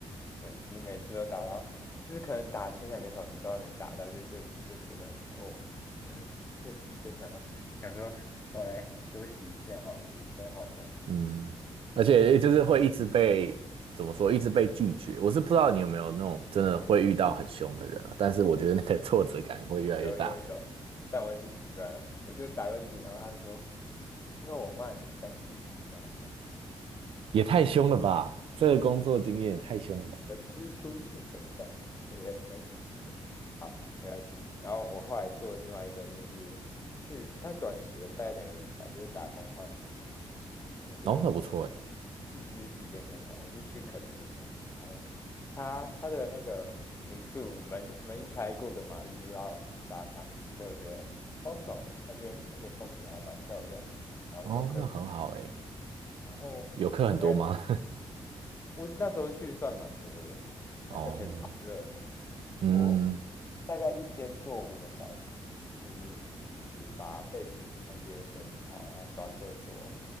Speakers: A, on the left (about 25°); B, on the right (about 60°).
A: 对，只是每次都打到，就是可能打前两个小时都还没打到，就就就觉得很哦，就 <laughs> 就想要想说我来休息一下好了，人生好难
B: 嗯，而且就是会一直被怎么说，
A: 这样。
B: 一直被拒绝。我是不知道你有没有那种真的会遇到很凶的人啊，
A: 对，
B: 但是我觉得那个 <laughs> 挫折感会越来越大。
A: 有有有，但我很习惯啊，我就打过去，然后他就说需要我骂你三字经吗？
B: 也太凶了吧！这个工作经验也太凶了吧！
A: 人之初性本善，对不对？三字好，没关系。然后我后来做另外一个就是去，他短期的大概两个礼拜，就是打工换宿。我觉得
B: 哦，那不错哎。
A: 必须体验看看。我是去垦丁啊，然后它它的那个民宿门一门一开，过个马路就到沙滩，所以我觉得超爽的。那边而且风景还蛮漂亮，然后游客，
B: 哦，那很好哎。
A: 然后每天大概
B: 游客很多吗？
A: 我那时候去算蛮多的，而而且超热的，
B: <laughs> 哦，嗯。
A: 我大概一天做五个小时，就是就是把备品那些整理好，然后刷厕所，